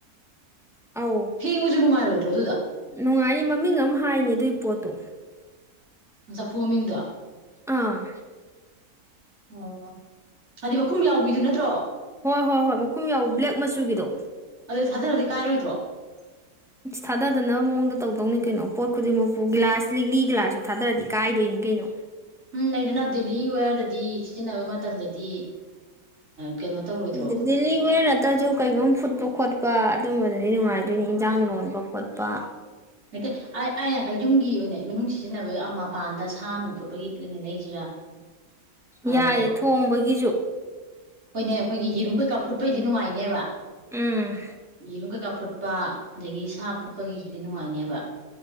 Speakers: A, in the centre; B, on the right.
A: ꯑꯧ
B: ꯐꯦꯡꯕꯖꯨ ꯅꯨꯡꯉꯥꯏꯔꯣꯏꯗ꯭ꯔꯣ ꯑꯗꯨꯗꯣ
A: ꯅꯨꯡꯉꯥꯏꯅꯤ ꯃꯃꯤꯡ ꯑꯃ ꯍꯥꯏꯅꯦ ꯑꯗꯨꯏ ꯄꯣꯠꯇꯣ
B: ꯉꯥ ꯆꯐꯨ ꯃꯃꯤꯡꯗꯣ
A: ꯑꯥ
B: ꯑꯣ ꯍꯥꯏꯗꯤ ꯃꯈꯨꯝ ꯌꯥꯎꯕꯤꯗꯨ ꯅꯠꯇ꯭ꯔꯣ
A: ꯍꯣꯏ ꯍꯣꯏ ꯍꯣꯏ ꯃꯈꯨꯝ ꯌꯥꯎꯋ ꯕ꯭ꯂꯦꯛ ꯃꯆꯨꯒꯤꯗꯣ
B: ꯑꯗꯨ ꯊꯥꯗꯔꯗꯤ ꯀꯥꯏꯔꯣꯏꯗ꯭ꯔꯣ <inaudible>
A: ꯊꯥꯗꯗꯅꯕ ꯃꯑꯣꯡꯗ ꯇꯧꯗꯧꯅꯤ ꯀꯩꯅꯣ ꯄꯣꯠ ꯈꯨꯗꯤꯡꯃꯛꯄꯨ ꯒꯤꯂꯥꯁ ꯂꯤꯛꯂꯤ ꯒꯤꯂꯥꯁꯁꯨ ꯊꯥꯗꯔꯗꯤ ꯀꯥꯏꯗꯣꯏꯅꯤ ꯀꯩꯅꯣ
B: ꯎꯝ ꯅꯩꯗꯅ ꯗꯦꯂꯤ ꯋꯦꯔꯗꯗꯤ ꯁꯤꯖꯤꯟꯅꯕ ꯃꯇꯝꯗꯗꯤ ꯀꯩꯅꯣ ꯇꯧꯔꯣꯏꯗ꯭ꯔꯣ
A: ꯎꯝ ꯗꯜꯂꯤ <unintelligible> ꯅꯠꯇꯁꯨ ꯀꯩꯒꯨꯝ ꯐꯨꯠꯄ ꯈꯣꯠꯄ ꯑꯗꯨꯝꯕꯗꯗꯤ ꯅꯨꯡꯉꯥꯏꯗꯣꯏꯅꯦ ꯏꯟꯖꯥꯡ ꯂꯣꯟꯕ ꯈꯣꯠꯄ
B: ꯅꯠꯇꯦ ꯑꯩ - ꯑꯩꯅ ꯀꯩ ꯌꯨꯝꯒꯤ ꯑꯣꯏꯅ ꯃꯅꯨꯡ ꯁꯤꯖꯤꯟꯅꯕꯒꯤ ꯑꯥ ꯃꯄꯥꯟꯗ ꯁꯥ ꯅꯨꯡ ꯐꯨꯠꯄꯒꯤ ꯂꯩꯅ ꯂꯩꯁꯤꯔꯥ ꯍꯥꯏꯒꯦ
A: ꯌꯥꯏꯌꯦ
B: ꯇꯧꯕ
A: ꯊꯣꯡꯕꯒꯤꯖꯨ
B: ꯍꯣꯏꯅꯦ ꯑꯈꯣꯏꯒꯤ ꯌꯦꯔꯨꯝ ꯀꯩꯀꯥ ꯐꯨꯠꯄꯩꯗꯤ ꯅꯨꯡꯉꯥꯏꯅꯤꯕ
A: ꯎꯝ
B: ꯌꯦꯔꯨꯝ ꯀꯩꯀꯥ ꯐꯨꯠ ꯄꯥ ꯑꯗꯒꯤ ꯁꯥ ꯐꯨꯠꯄꯒꯤꯗꯤ ꯅꯨꯡꯉꯥꯏꯅꯦꯕ